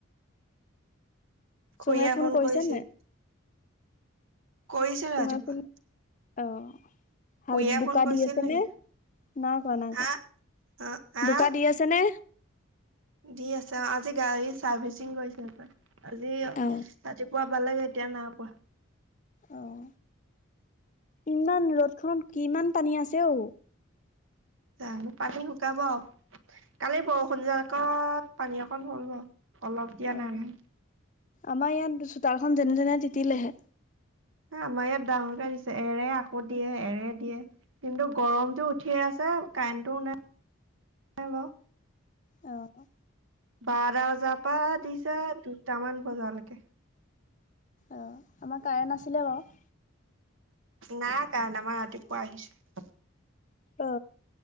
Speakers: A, on the left; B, on the right.
A: চুমে
B: খুৰিয়া ফোন
A: কৰিছে
B: কৰিছিল?
A: নাই
B: কৰিছিল
A: চুমে
B: ৰাতিপুৱা
A: ফোন অ হাল
B: খুৰীয়ে
A: বোকা
B: ফোন কৰিছিল
A: দি আছে
B: নেকি?
A: নে? নাই কোৱা নাই
B: হা
A: কোৱা।
B: অ আহ
A: বোকা দি আছে নে?
B: দি আছে অ আজি গাড়ী চাৰ্ভিচিং কৰিছে সপাই। আজি
A: অ
B: ৰাতিপুৱা পালেগে এতিয়া না পোৱা।
A: অহ ইমান ৰ'দখনত কিমান পানী আছে অঔ।
B: যানো পানী শুকাব আও। কালি বৰষুণ জাক'ত পানী অকণ হ'ল বাও অলপ দিয়া
A: অ
B: নাই ন?
A: আমাৰ ইয়াত চোতালখন যেনে তেনে তিতিলেহে।
B: আমাৰ ইয়াত ডাঙৰকে দিছে এৰে আকৌ দিয়ে এৰে দিয়ে। কিন্তু গৰমটো উঠিয়ে আছে কাৰেণ্টটোও নাই নাই বাও।
A: অহ।
B: বাৰটা বজাৰ পৰা দিছে দুটামান বজালেকে
A: অ আমাৰ কাৰেণ্ট আছিলে বাৰু
B: নাই কাৰেন্ট আমাৰ ৰাতিপুৱা আহিছে।
A: অ